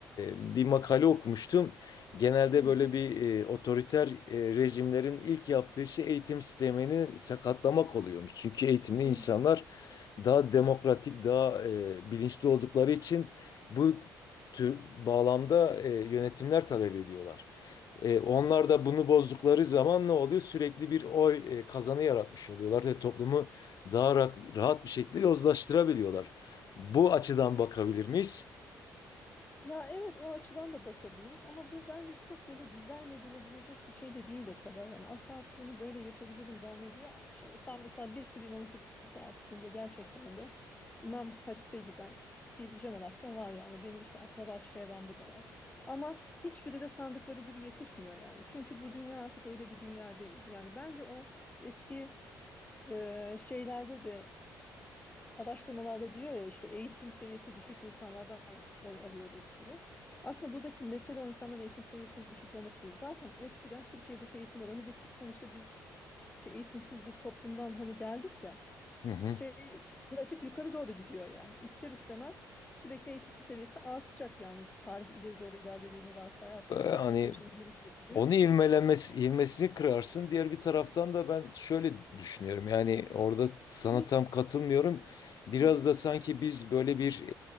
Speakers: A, on the left; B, on the left.
A: e, bir makale okumuştum. Genelde
B: Hı
A: böyle
B: hı.
A: bir e, otoriter e, rejimlerin ilk yaptığı şey eğitim sistemini sakatlamak oluyormuş. Çünkü eğitimli insanlar
B: Hı hı.
A: daha demokratik, daha e, bilinçli oldukları için bu tür bağlamda e, yönetimler talep ediyorlar. E, onlar da bunu bozdukları zaman ne oluyor? Sürekli bir oy e, kazanı yaratmış oluyorlar ve toplumu daha ra- rahat bir şekilde yozlaştırabiliyorlar. Bu açıdan bakabilir miyiz?
B: Ya evet o açıdan da bakabiliriz ama bu bence çok böyle dizayn edilebilecek bir şey de değil o kadar. Yani AK Parti bunu böyle yapabilirim zannediyor ama şimdi sen mesela bir sürü İmam Hatip Lisesi açtın ve gerçekten de İmam Hatip'e giden bir jenerasyon var yani benim işte akraba çevremde de var. Ama hiçbiri de sandıkları gibi yetişmiyor yani. Çünkü bu dünya artık öyle bir dünya değil. Yani bence o eski e, şeylerde de araştırmalarda diyor ya işte eğitim seviyesi düşük insanlardan oy alıyoruz diye. Aslında buradaki mesele o insanların eğitim seviyesinin düşük olması değil. Zaten eskiden Türkiye'deki eğitim oranı gittik. Sonuçta biz şey eğitimsiz bir toplumdan hani geldik ya.
A: Hı hı.
B: Şey grafik yukarı doğru gidiyor yani. İster istemez sürekli eğitim seviyesi artacak yani. Tarih ileri doğru ilerlediğini varsayarsak
A: Ee, Hani
B: bu teknolojinin gelişmesi gibi
A: onu
B: bir şey.
A: ivmelenmesi, ivmesini kırarsın. Diğer bir taraftan da ben şöyle düşünüyorum. Yani orada sana
B: Bu
A: tam katılmıyorum. Biraz
B: Hı hı,
A: da sanki biz böyle bir